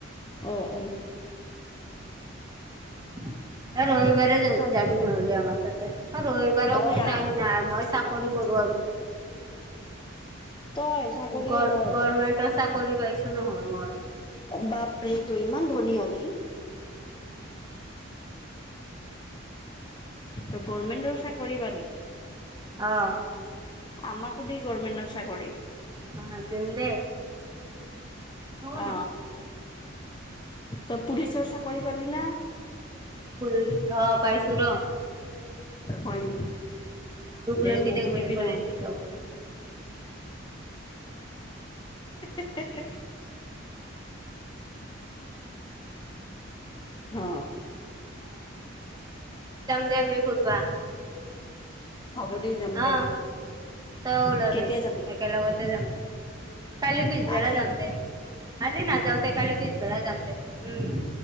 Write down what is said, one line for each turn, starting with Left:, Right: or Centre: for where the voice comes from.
Left: অ অ
Right: এই ৰবিবাৰে
Left: ত
Right: যাবি নহ'লে আমাৰ তাত আৰু ৰ এইবাৰও
Left: তই
Right: মোৰ টাইম
Left: আহ
Right: নাই। মই চাকৰি কৰো আৰু।
Left: তই চাকৰিয়ে
Right: গ
Left: কৰ
Right: গভমেন্টৰ চাকৰি পাইছো নহয় মই।
Left: বাপৰে তই ইমান ধনী হলি? ত গভৰ্মেন্ত চাকৰি পালি?
Right: অ
Left: আমাক সুধেই গভমেণ্টৰ চাকৰি।
Right: অ, দিম দে। <unintelligible>
Left: অ তই, পুলিচৰ চাকৰি পালি নে?
Right: ফুল অ, পাইছো ন।
Left: হয়, নেকি। দে
Right: লৈ কিনে
Left: মোকো
Right: গুলি
Left: দিবি
Right: কৰি
Left: নহ'লে।
Right: দিম
Left: হা-
Right: তক
Left: হা -হা অ।
Right: দেমি ফুৰবা।
Left: হ'ব দে যাম
Right: হা,
Left: দে।
Right: তই ওলাবি।
Left: কেতিয়া যাবি?
Right: একেলগতে যাম দে। কালি পিছবেলা
Left: আজি?
Right: যাম দে। আজি নাযাওঁ দে, কালি পিছবেলা যাম দে। উম।